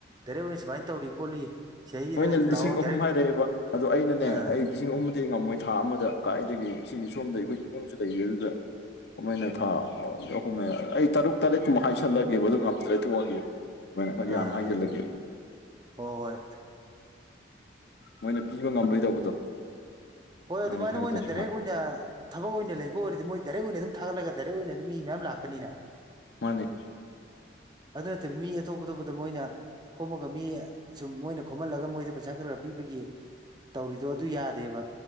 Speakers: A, on the right (about 20°); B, on the left (about 55°).
A: ꯗꯥꯏꯔꯦꯛ ꯑꯣꯏꯅ ꯁꯨꯃꯥꯏꯅ ꯇꯧꯔꯤ ꯈꯣꯠꯂꯤ ꯁꯤꯗꯩꯁꯤꯗ
B: ꯃꯣꯏꯅ ꯂꯤꯁꯤꯡ
A: ꯂꯥꯛꯑꯣ
B: ꯑꯍꯨꯝ
A: ꯗꯥꯏꯔꯦꯛ
B: ꯍꯥꯏꯔꯛꯑꯦꯕ ꯑꯗꯣ ꯑꯩꯅꯅꯦ
A: ꯑꯥ
B: ꯑꯩ ꯂꯤꯁꯤꯡ ꯑꯍꯨꯝꯗꯤ ꯉꯝꯃꯣꯏ ꯊꯥ ꯑꯃꯗ ꯀꯥꯏꯗꯒꯤ ꯁꯤꯒꯤ ꯁꯣꯝꯗ ꯑꯩꯈꯣꯏ ꯏꯃꯨꯡꯁꯨ ꯂꯩꯔꯤ ꯑꯗꯨꯗ ꯀꯃꯥꯏꯅ
A: ꯑꯥ
B: ꯊꯥ ꯑꯍꯨꯝ ꯑꯩ ꯇꯔꯨꯛ ꯇꯔꯦꯠꯀꯨꯝꯕ ꯍꯥꯏꯁꯜꯂꯒꯦꯕ ꯑꯗꯨ ꯉꯝꯗ꯭ꯔꯦ ꯇꯣꯛꯑꯒꯦꯕ ꯑꯗꯨꯃꯥꯢꯅ ꯍꯣꯏ
A: ꯑꯥ
B: ꯌꯥꯝ ꯍꯥꯏꯁꯤꯜꯂꯒꯦꯕ
A: ꯍꯣꯏ ꯍꯣꯏ
B: ꯃꯣꯏꯅ ꯄꯤꯕ ꯉꯝꯂꯣꯏꯗꯧꯕꯗꯣ
A: ꯍꯣꯏ ꯑꯗꯨꯃꯥꯏꯅ
B: ꯍꯥꯏ ꯍꯥꯏꯖꯟ
A: ꯃꯣꯏꯅ ꯗꯥꯏꯔꯦꯛ
B: ꯍꯥꯟꯅ
A: ꯑꯣꯏꯅ ꯊꯕꯛ ꯑꯣꯏꯅ ꯂꯩꯕ ꯑꯣꯏꯔꯗꯤ ꯃꯣꯏ ꯗꯥꯏꯔꯦꯛ ꯑꯣꯏꯅ ꯑꯗꯨꯝ ꯊꯥꯒꯠꯂꯒ ꯗꯥꯏꯔꯦꯛ ꯑꯣꯏꯅ ꯑꯗꯨꯝ ꯑꯗꯨ ꯃꯤ ꯃꯌꯥꯝ ꯂꯥꯛꯀꯅꯤꯅ
B: ꯃꯥꯅꯦ
A: ꯑꯗꯨ ꯅꯠꯇꯕ ꯃꯤ ꯑꯇꯣꯞ ꯑꯇꯣꯞꯄꯗ ꯃꯣꯏꯅ ꯈꯣꯝꯃꯒ ꯃꯤ ꯁꯨꯝ ꯃꯣꯏꯅ ꯈꯣꯝꯍꯜꯂꯒ ꯃꯣꯏꯗ ꯄꯩꯁꯥ ꯈꯔ ꯈꯔ ꯄꯤꯕꯒꯤ ꯇꯧꯔꯤꯗꯣ ꯑꯗꯨ ꯌꯥꯗꯦꯕ